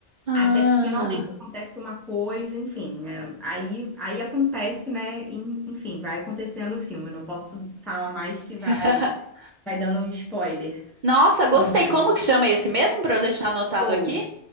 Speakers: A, on the right (about 60°); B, in the centre.
A: Ah.
B: Até que finalmente acontece uma coisa, enfim, né? Aí, aí acontece, né? Em- Enfim, vai acontecendo o filme. Não posso falar mais que
A: <laughs>
B: vai, vai dando um spoiler.
A: Nossa, gostei.
B: Mas
A: Como que chama esse mesmo para eu deixar anotado
B: Soul,
A: aqui?